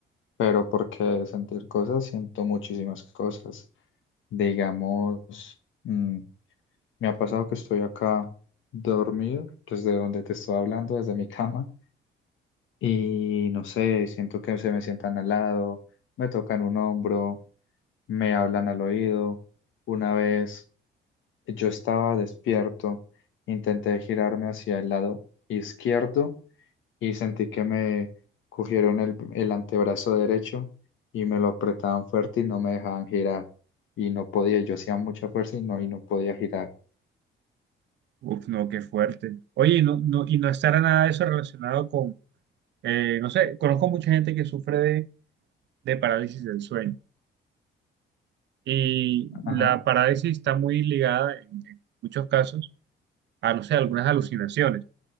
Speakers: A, on the left (about 75°); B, on the right (about 65°).
A: pero porque de sentir cosas siento muchísimas cosas. Digamos, mm, me ha pasado que estoy acá dormido, desde donde te estoy hablando, desde mi cama, y no sé, siento que se me sientan al lado, me tocan un hombro, me hablan al oído. Una vez... Yo estaba despierto, intenté girarme hacia el lado izquierdo y sentí que me cogieron el, el antebrazo derecho y me lo apretaban fuerte y no me dejaban girar. Y no podía, yo hacía mucha fuerza y no, y no podía girar.
B: Uf, no, qué fuerte. Oye, y no, no, y no estará nada de eso relacionado con, eh, no sé, conozco mucha gente que sufre de, de parálisis del sueño. Y la
A: Ajá.
B: parálisis está muy ligada, en, en muchos casos, a, no sé, algunas alucinaciones.